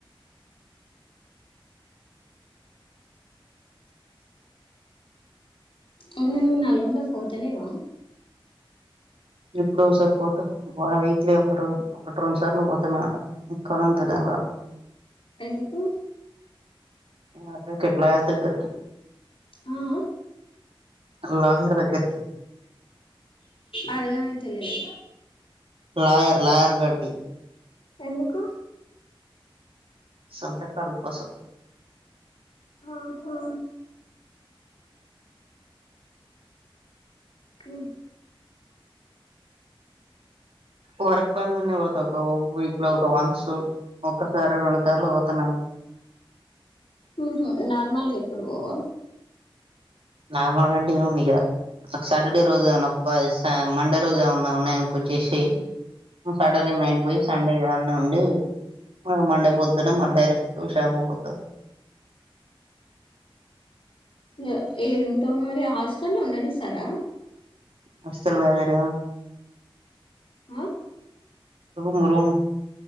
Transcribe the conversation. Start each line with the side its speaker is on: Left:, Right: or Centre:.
Left: అవును నువ్వు నల్గొండక్ పోతలేవా
Right: ఎప్పుడొ ఒసారి పోత బా వీక్లీ ఒక రెన్ ఒకటి రెండు సార్లు పోతానే ఉంట ఉక్క అంత కామరాన్
Left: ఎందుకు
Right: అదే కట్లా దెగ్గరికి
Left: ఆ అ
Right: ఆలందరి దెగ్గరికి
Left: అర్ధమైతలేదు
Right: లాయర్ లాయర్ కాడికి
Left: ఎందుకు
Right: సొంత కల కోసం
Left: ఆహా కే
Right: వర్ ఇప్పటి నుండే పోతా ఒక వీక్ లో ఒక వన్స్ ఒకసారి రెండు సార్లు పోతానే ఉం
Left: ఉ హు నార్మల్గా ఎప్పుడు పోవా
Right: నార్మల్ గంటే ఏముందిగా సాటర్డే రోజు ఏమన్న ప స మండే రోజు ఏమన్న ఉన్నయన్ కొచ్చేసేయ్ సాటర్డే నైట్ పోయి సండే ఇగ అన్ న్నె ఉండి మళ్ళ మండే పొద్దన్నే మళ్ళ డైరెక్టు షాప్కు పోతా
Left: ఎ ఏడుంటవు మరి హాస్టల్లో ఉండనిస్తరా
Right: హాస్టల్లో లేనుగా
Left: అ
Right: రూమ్ రూమ్